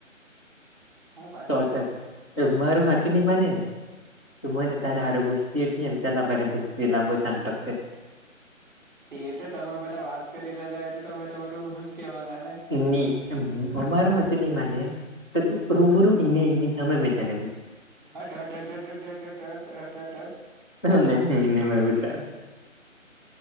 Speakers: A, on the right; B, on the left.
A: હું પાછું
B: સો
A: બોલ
B: ટકા મારું હાચુ ની માને ને તો મને
A: હમ
B: તારે હારુ <unintelligible> કેમ દલાભાઈ ને પૂછજે લાંબો જાન તો છે.
A: એ તો તમે બધા વાત કરી લેલા એ તો તમે બધું ઊડું જ કેવાના ને.
B: ની અમારું હાચું નહિ માને. તો તું રુબરૂ ઈ ને એની સામે મેં તને પૂછું.
A: <unintelligible>
B: હા ને અને મે ભી સારો.